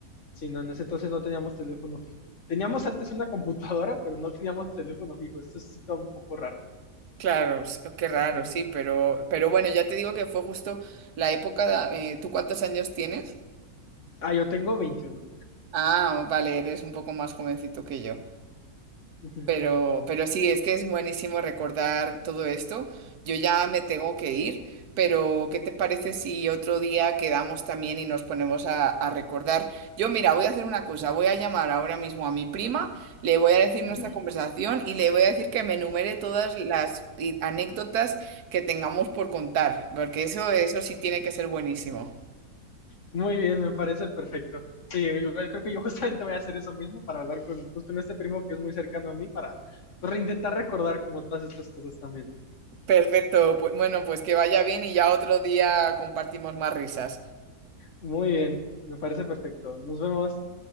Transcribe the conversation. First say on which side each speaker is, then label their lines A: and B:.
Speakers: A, on the left; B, on the right.
A: Sí, no, en ese entonces no teníamos teléfono fijo. Teníamos antes una computadora, pero no teníamos teléfono fijo. Esto es todo un poco raro.
B: claro, s- qué raro,
A: Ujú.
B: sí, pero, pero bueno, ya te digo que fue justo la época, eh, ¿tú cuántos años tienes?
A: Ah, yo tengo veintiuno
B: Ah, vale, eres un poco más jovencito que yo.
A: <laughs>
B: Pero, pero sí, es que es buenísimo recordar todo esto. Yo ya me tengo que ir, pero ¿qué te parece si otro día quedamos también y nos ponemos a, a recordar? Yo, mira, voy a hacer una cosa, voy a llamar ahora mismo a mi prima, le voy a decir nuestra
A: Ujú.
B: conversación y le voy a decir que me enumere todas las i- anécdotas que tengamos por contar, porque eso, eso sí tiene que ser buenísimo.
A: Muy bien, me parece perfecto. Sí, igual creo que yo <laughs> justamente voy a hacer eso mismo para hablar con, pues, con este primo que es muy cercano a mí para pues, intentar recordar como todas estas cosas también.
B: Perfecto, pues bueno, pues que vaya bien y ya otro día compartimos más risas.
A: Muy bien, me parece perfecto. Nos vemos.